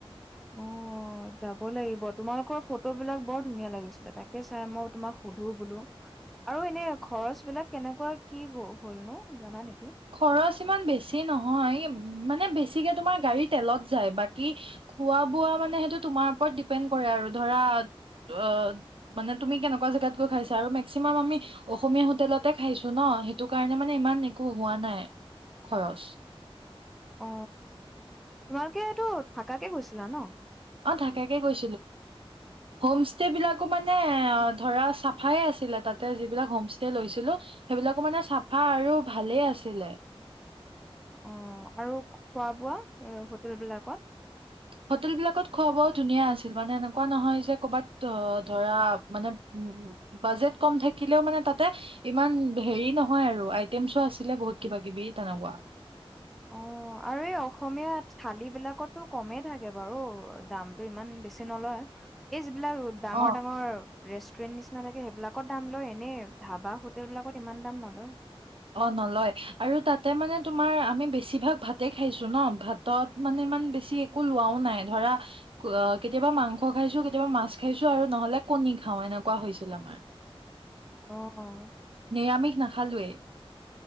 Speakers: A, in the centre; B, on the right.
A: অ যাব লাগিব তোমালোকৰ ফটো বিলাক বৰ ধুনীয়া লাগিছিলে, তাকে চাই মই তোমাক সুধো বোলো, আৰু এনে খৰচ বিলাক কেনেকুৱা কি হলনো জানা নেকি?
B: খৰচ ইমান বেছি নহয়, মানে বেছিকে তোমাৰ গাড়ী তেলত যায়, বাকি খোৱা বোৱা মানে সেইটো তোমাৰ ওপৰত ডিপেণ্ড কৰে আৰু ধৰা অ, মানে তুমি কেনেকুৱা জোগাত গৈ খাইছা আৰু মেক্সিমাম আমি অসমীয়া হোটেলতে খাইছো ন সেইটো কাৰণে মানে ইমান একো। পোৱা নাই খৰচ।
A: অ তোমালোকে এইটো থাকাকে গৈছিলা ন?
B: অ থাকাকে গৈ। হোম ষ্টে বিলাকো মানে ধৰা চাফাই আছিলে তাতে যিবিলাক হোম ষ্টে লৈছিলোঁ, সেইবিলাকো মানে চাফা আৰু ভালেই আছিলে।
A: অ আৰু খোৱা বোৱা, এ হোটেল বিলাকত?
B: হোটেল বিলাকত খুৱা বোৱাও ধুনীয়া আছিল, মানে এনেকুৱা নহয় যে ক'ৰবাত ধৰা, মানে বাজেট কম থাকিলেও মানে তাতে ইমান হেৰি নহয় আৰু আইটেমছো আছিলে বহুত কিবা কিবি তেনেকুৱা।
A: অ আৰু এই অসমীয়া থালি বিলাকো কমেই থাকে বাৰু দামতটো ইমান বেছি নলয়, এই এইবাক ডাঙৰ
B: অ
A: ডাঙৰ ৰেষ্টুৰেন্ট নিচি। <unintelligible> সেইবিলাকত দাম লয় এনেই ধাবা হোটেল বিলাকত ইমান দাম নলয়।
B: অ নলয়, আৰু তাতে মানে তোমাৰ আমি বেছিভাগ ভাতেই খাইছো ন, ভাতত মানে ইমান বেছি একো লোৱাও নাই, ধৰা কেতিয়াবা মাংস খাইছো কেতিয়াবা মাছ খাইছো আৰু নহ'লে কণী খাওঁ এনেকুৱা হৈছিল আমাৰ।
A: অ অঁ
B: নিৰামিষ নাখালোঁৱেই।